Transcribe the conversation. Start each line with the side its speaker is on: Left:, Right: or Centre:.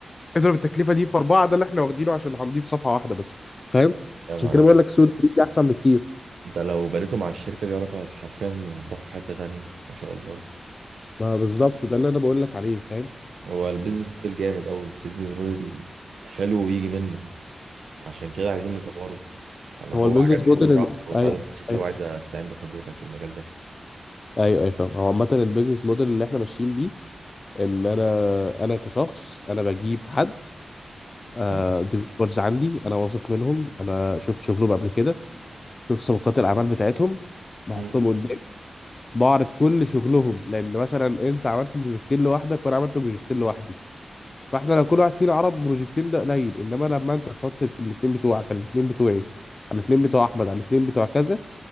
Left: اضرب التكلفه دي في اربعه ده اللي احنا واخدينه عشان هنضيف صفحه واحده بس فاهم
Right: يا
Left: عشان
Right: نهار
Left: كده
Right: أبيض.
Left: بقول لك سوق الفريق احسن بكتير
Right: انت لو بنيته مع الشركه دي علاقه حرفيا هتروح في حته تانية ما شاء الله
Left: ما بالظبط ده اللي انا بقول لك عليه فاهم
Right: هو البيزنس موديل جامد قوي بيزنس موديل حلو ويجي منه عشان كده عايزين نطوره انا
Left: هو
Right: هو
Left: البيزنس
Right: عجبني
Left: موديل
Right: بصراحه
Left: و- ال-
Right: كنت
Left: ايوه
Right: عايز اخش فيه
Left: ايوه
Right: وعايز استعين بخبرتك في المجال ده
Left: ايوه ايوه فاهم هو عامة البيزنس موديل اللي احنا ماشيين بيه ان انا انا كشخص انا بجيب حد آه
Right: تمام
Left: ديفلوبرز عندي انا واثق منهم انا شفت شغلهم قبل كده شفت سابقات الاعمال بتاعتهم بحطهم
Right: مم.
Left: قدامي بعرض كل شغلهم لان مثلا انت عملت بروجكتين لوحدك وانا عملت بروجكتين لوحدي فاحنا لو كل واحد فينا عرض بروجكتين ده قليل انما لما انت تحط الاثنين بتوعك على الاثنين بتوعي على الاثنين بتوع احمد على الاثنين بتوع كذا